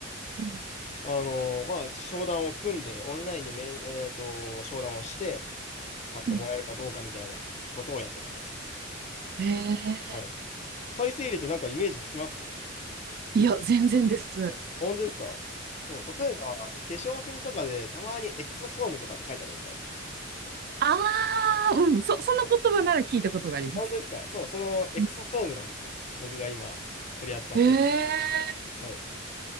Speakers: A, on the right (about 50°); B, on the left (about 35°).
A: うん
B: あの、まあ、商談を組んで、オンラインで面、えっと、商談をして、買ってもらえるかどうかみたいなことをやってます。
A: うんへえ。
B: はい。再生医療ってなんかイメージつきます
A: いや、全然です。
B: 本当ですかそう、例えば、化粧品とかで、たまにエクソソームとかって書いてありません
A: ああ、うん、そ、その言葉なら聞いたことがあります。
B: はい本当ですかそう、そのエクソソームなんですよ。
A: うん
B: 僕が今、取り扱ってる。
A: え
B: はい